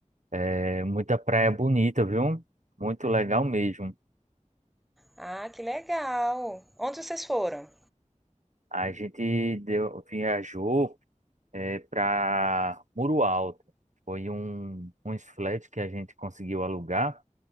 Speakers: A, on the right; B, in the centre.
A: é, muita praia bonita, viu? Muito legal mesmo.
B: Ah, que legal. Onde vocês foram?
A: A gente deu, viajou, é, para Muro Alto. Foi um, uns flats que a gente conseguiu alugar.